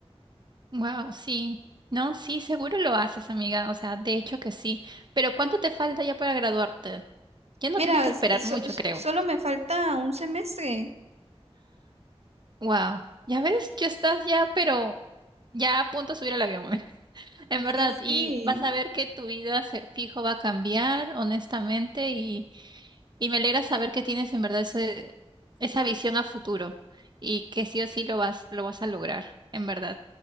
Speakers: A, on the right; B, on the right.
A: Wow, sí. No, sí, seguro lo haces, amiga. O sea, de hecho que sí. Pero ¿cuánto te falta ya para graduarte? Ya no
B: Mira,
A: tienes que esperar
B: s-
A: mucho,
B: so-
A: creo.
B: solo me falta un semestre.
A: Wow. Ya ves, ya estás ya, pero ya a punto de subir al avión, mami. <laughs> En
B: Sí,
A: verdad,
B: sí.
A: y vas a ver que tu vida se- fijo va a cambiar, honestamente, y, y me alegra saber que tienes en verdad ese, esa visión a futuro y que sí o sí lo vas, lo vas a lograr, en verdad.